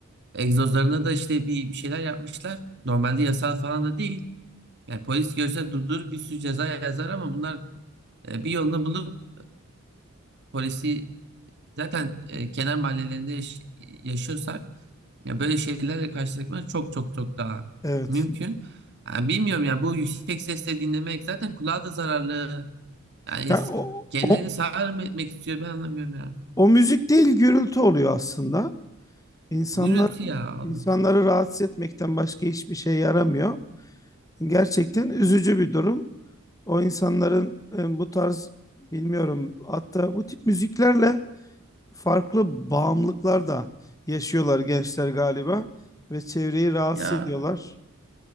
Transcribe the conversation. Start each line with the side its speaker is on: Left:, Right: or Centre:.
Right: egzozlarına da işte bir, bir şeyler yapmışlar. Normalde yasal falan da değil. Yani polis görse durdur bir sürü ceza yazar ama bunlar e, bir yolunu bulup polisi Zaten e, kenar mahallelerinde yaş- yaşıyorsak ya böyle şeylerle karşılaşmak çok çok çok daha
Left: Evet.
Right: mümkün. Ha, bilmiyorum ya bu yüksek sesle dinlemek zaten kulağa da zararlı. Yani
Left: Ya
Right: es-
Left: o,
Right: kendilerini
Left: o,
Right: sağır mı etmek istiyor ben anlamıyorum ya.
Left: o müzik değil gürültü oluyor aslında. İnsanlar
Right: Gürültü ya Allah.
Left: insanları rahatsız etmekten başka hiçbir şey yaramıyor. Gerçekten üzücü bir durum. O insanların e, bu tarz bilmiyorum hatta bu tip müziklerle farklı bağımlılıklar da yaşıyorlar gençler galiba ve çevreyi rahatsız
Right: Ya
Left: ediyorlar.